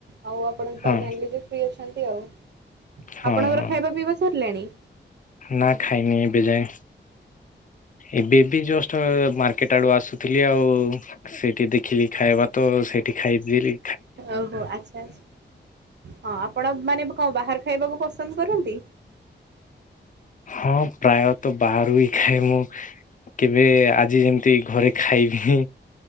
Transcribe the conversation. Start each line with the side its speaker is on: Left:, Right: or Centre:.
Right: ଆଉ ଆପଣ
Left: ହଁ
Right: ତ ଜାଣିଲେ ଯେ ଫ୍ରି ଅଛନ୍ତି ଆଉ।
Left: ହଁ
Right: ଆପଣଙ୍କର
Left: ହଁ
Right: ଖାଇବା ପିଇବା ସରିଲାଣି?
Left: ନା ଖାଇନି ଏବେ ଯାଏ। ଏବେ ଏବେ ଜଷ୍ଟ ମାର୍କେଟ ଆଡୁ ଆସୁଥିଲି ଆଉ ସେଇଠି ଦେଖିଲି ଖାଇବା ତ ତ ସେଇଠି ଖାଇଦେଇଥିଲି।
Right: ଓହୋ ଆଚ୍ଛା ଆଚ୍ଛା। ହଁ ଆପଣ ମାନେ କଣ ବାହାର ଖାଇବାକୁ ପସନ୍ଦ କରନ୍ତି?
Left: ହଁ ପ୍ରାୟତଃ ବାହାରୁ ହିଁ ଖାଏ ମୁଁ କେବେ ଆ ଆଜି ଯେମତି ଘରେ ଖାଇନି